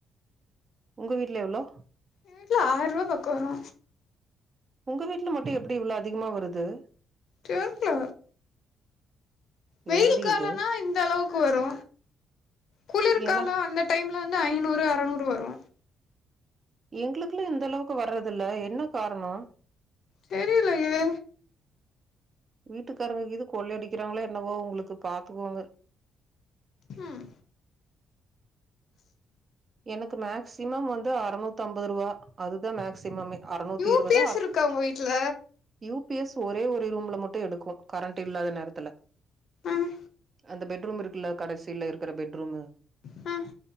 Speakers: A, on the right; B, on the left.
A: உங்க வீட்ல எவ்ளோ
B: எங்க வீட்ல ஆய்ருவா பக்கோ வரு
A: உங்க வீட்ல மட்டு எப்படி இவ்ளோ அதிகமா வருது
B: தெர்ல வெயில்
A: என்னடி
B: காலனா
A: இது
B: இந்த அளவுக்கு வரு குளிருகாலோ
A: எனக்
B: அந்த டைம்ல வந்து ஐநூறு அறநூறு வரு
A: எங்ளுக்குல்லா இந்தளவுக்கு வர்றது இல்ல என்ன காரணோ
B: தெரிலையே
A: வீட்டுக்காரங்க கீது கொள்ளை அடிக்கிறாங்களோ என்னவோ உங்களுக்கு பாத்துக்கோங்க
B: ம்
A: எனக்கு மேக்சிமம் வந்து அறுநூத்தம்பதுருவா அதுதா மேக்சிமமே அறுநூத்தி
B: யூ
A: இருவதா
B: பி எஸ்
A: அற
B: இருக்கா உங்க வீட்ல
A: யூ பி எஸ் ஒரே ஒரு ரூம்ல மட்டு எடுக்கு கரண்ட் இல்லாத நேரத்துல
B: ம்
A: அந்த பெட்ரூம் இருக்குல்ல கடைசில இருக்கிற பெட்ரூமு
B: ம்